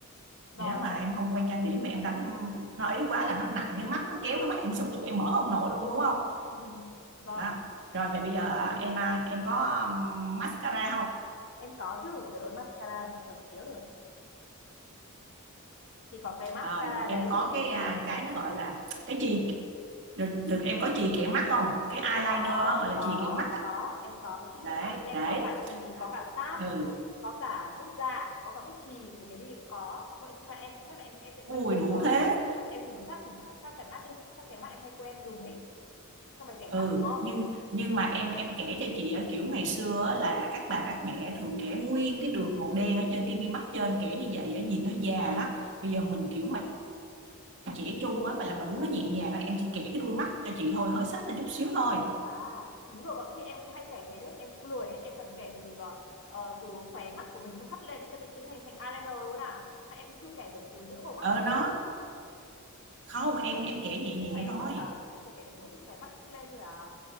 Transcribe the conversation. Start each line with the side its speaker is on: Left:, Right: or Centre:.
Left: Vâng,
Right: nếu mà em không quen trang điểm mà em đánh nó ấy quá là nó nặng cái mắt nó kéo cái mắt em sụp xuống em mở không nổi luôn đúng không
Left: <laughs> vâng,
Right: đó rồi vậy bây giờ em à, em có um, mascara không
Left: em có chứ, trời ơi mascara sao thật thiếu được. thì có cái mascara
Right: à, rồi em
Left: đấy
Right: có
Left: thì
Right: cái à, cái nó gọi là cái chì được, được em có chì kẻ mắt không cái eyeliner
Left: em có
Right: á, gọi là
Left: có
Right: chì kẻ mắt á
Left: có em có cái chỉ
Right: để
Left: cái mắt em
Right: để
Left: có cả chì có cả sáp
Right: ừ
Left: có cả bút dạ có cả bút chì rồi cái gì cũng có vậy nhưng mà em chắc là em em sẽ
Right: ui
Left: quen dùng
Right: đủ
Left: ờ,
Right: thế
Left: em dùng sáp chỉ mắt sáp kẻ mắt đi sáp kẻ mắt em hay quen dùng ấy xong rồi kẻ
Right: ừ
Left: mắt đúng không
Right: nhưng nhưng mà em em kể cho chị á, kiểu ngày xưa á, là các bà các mẹ thường kẻ nguyên cái đường màu đen ở trên cái mi mắt trên kẻ như vậy á, nhìn nó già lắm bây giờ mình
Left: Ừ.
Right: kiểu chỉ chung á mà là mình muốn nó nhẹ nhàng á em chỉ kẻ cái đuôi mắt cho chị thôi hơi xích lên chút xíu thôi
Left: à đúng rồi bọn khi em cũng hay kẻ cái đấy em cũng lười ấy. em cần kẻ từ ờ, ờ, từ khóe mắt của mình xong hắt lên đến chân tự nhiên thành thành eyeliner luôn à nhưng mà em chưa kẻ được từ giữa bầu mắt
Right: ờ
Left: lên
Right: nó không
Left: em chỉ
Right: em
Left: kể
Right: em
Left: được
Right: kẻ nhẹ
Left: từ
Right: nhẹ
Left: khóe
Right: thôi
Left: mắt là em chỉ kể được mỗi từ khóe mắt hất lên thôi à